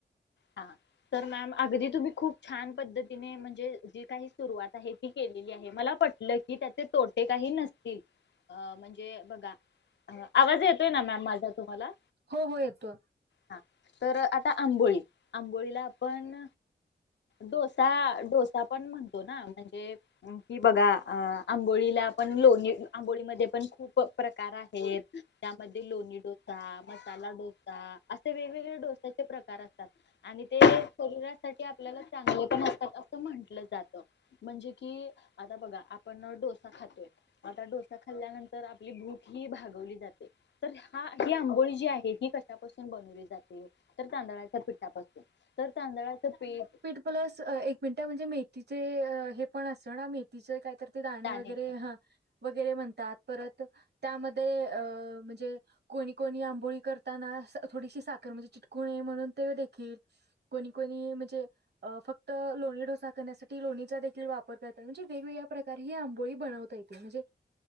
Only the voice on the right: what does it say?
हो हो येतो
प्लस एक मिनिट म्हणजे मेथीचे हे पण असतं ना मेथीचे कायतर ते दाणे
वगैरे हा वगैरे म्हणतात परत त्यामध्ये अ म्हणजे कोणी कोणी आंबोळी करताना थोडीशी साखर म्हणजे चिटकूणे म्हणून ते देखील कोणी कोणी म्हणजे फक्त लोणी डोसा करण्यासाठी लोणीचा देखील वापर करतात म्हणजे वेगवेगळ्या प्रकार तर ही आंबोळी बनवता येते म्हणजे